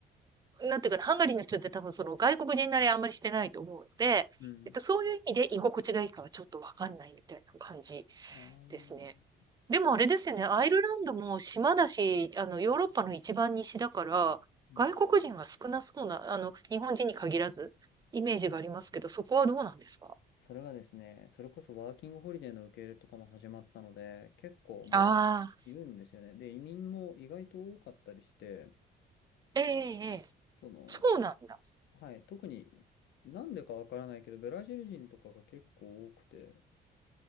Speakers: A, on the right; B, on the left.
A: なんていうかな、ハンガリーの人って多分その外国人慣れあんまりしてないと思うので、
B: うん。
A: えっと、そういう意味で居心地がいいかはちょっとわかんないみたいな感じ
B: ああ、う
A: ですね。でもあれですよね、アイルランドも島だし、あの、ヨーロッパの一番西だから、
B: ん。
A: 外国人が少なそうな、あの、日本人に限らず、イメージがありますけど、そこはどうなんですか
B: それがですね、それこそワーキングホリデーの受け入れとかも始まったので、結構もういるんですよね。
A: ああ、
B: で、移民も意外と多かったりして、
A: ええ、ええ、
B: その、
A: そうなんだ。
B: はい、特になんでかわからないけど、ブラジル人とかが結構多くて、